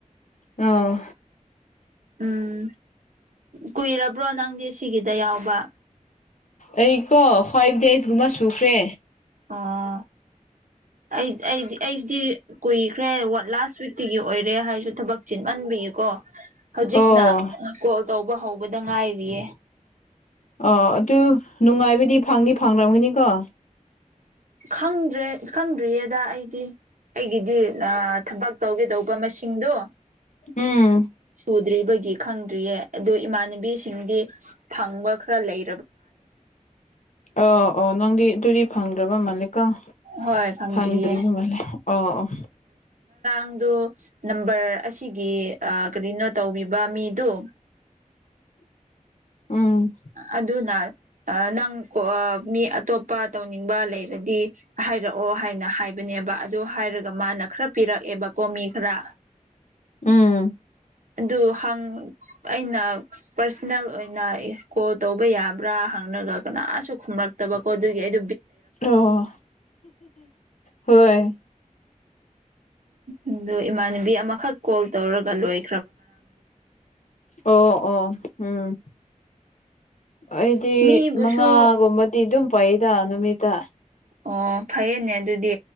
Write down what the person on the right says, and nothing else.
ꯎꯝ ꯀꯨꯏꯔꯕ꯭ꯔꯣ ꯅꯪꯗꯤ ꯁꯤꯒꯤꯗ ꯌꯥꯎꯕ
ꯑꯥ ꯑꯩ ꯑꯩꯗꯤ ꯑꯩꯁꯤꯗꯤ ꯀꯨꯏꯈ꯭ꯔꯦ ꯂꯥꯁ ꯋꯤꯛꯇꯒꯤ ꯑꯣꯏꯔꯦ ꯍꯥꯏꯔꯁꯨ ꯊꯕꯛ ꯆꯤꯟꯃꯟꯕꯤ ꯀꯣ ꯍꯧꯖꯤꯛꯅ
ꯀꯣꯜ ꯇꯧꯕ ꯍꯧꯕꯗ ꯉꯥꯏꯔꯤꯌꯦ
ꯈꯪꯗ꯭ꯔꯦ ꯈꯪꯗ꯭ꯔꯤꯌꯦꯗ ꯑꯩꯗꯤ ꯑꯩꯒꯤꯗꯤ ꯊꯕꯛ ꯇꯧꯒꯦꯗꯧꯕ ꯃꯁꯤꯡꯗꯣ
ꯁꯨꯗ꯭ꯔꯤꯕꯒꯤ ꯈꯪꯗ꯭ꯔꯤꯌꯦ ꯑꯗꯨ ꯏꯃꯥꯟꯅꯕꯤꯁꯤꯡꯗꯤ ꯐꯪꯕ ꯈꯔ ꯂꯩ
ꯍꯣꯏ ꯐꯪꯗ꯭ꯔꯤꯌꯦ
ꯅꯪꯗ ꯅꯝꯕꯔ ꯑꯁꯤꯒꯤ ꯀꯔꯤꯅꯣ ꯇꯧꯕꯤꯕ ꯃꯤꯗꯨꯣ
ꯑꯗꯨꯅ ꯅꯪ ꯃꯤ ꯑꯇꯣꯞꯄ ꯇꯧꯅꯤꯡꯉ ꯂꯩꯗꯤ ꯍꯥꯏꯔꯛꯑꯣ ꯍꯥꯏꯅ ꯍꯥꯏꯕꯅꯦꯕ ꯑꯗꯨ ꯍꯥꯏꯔꯒ ꯃꯥꯅ ꯈꯔ ꯄꯤꯔꯛꯑꯦꯕ ꯃꯈꯗ
ꯑꯗꯨ ꯍꯪ ꯑꯩꯅ ꯄꯥꯔꯁꯅꯦꯜ ꯑꯣꯏꯅ ꯀꯣꯜ ꯇꯧꯕ ꯌꯥꯕ ꯕ꯭ꯔꯥ ꯍꯪꯅꯒ ꯀꯅꯥꯁꯨ ꯈꯨꯝꯂꯛꯇꯕꯀꯣ ꯑꯗꯨꯒꯤ ꯑꯩ
ꯎ ꯑꯗꯨ ꯏꯃꯥꯟꯅꯕꯤ ꯑꯃꯈꯛ ꯀꯣꯜ ꯇꯧꯔꯒ ꯂꯣꯏꯦ
ꯃꯤꯕꯨꯁꯨ
ꯑꯣ ꯐꯩꯅꯦ ꯑꯗꯨꯗꯤ